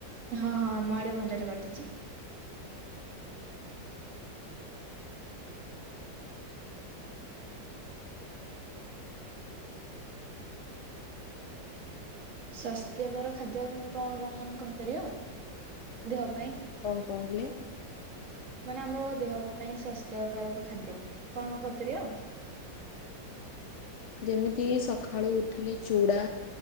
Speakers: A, on the right (about 45°); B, on the left (about 70°).
A: ହଁ ହଁ ଆମ ଆଡେ ଭଲରେ ଘଟିଛି। ସାସ୍ଥ୍ୟକର ଖାଦ୍ୟ କଣ କଣ ମାନେ କହିପାରିବ ଦେହ ପାଇଁ। ଓ
B: କଣ କହିଲେ
A: ହୋ। ମାନେ ଆମ ଦେହ ପାଇଁ ସ୍ଵାସ୍ଥ୍ୟକାରକ ଖାଦ୍ୟ କଣ କଣ କଣ କହିପାରିବ?
B: ଯେମିତି ସଖାଳୁ ଉଠିଲେ ଚୁଡା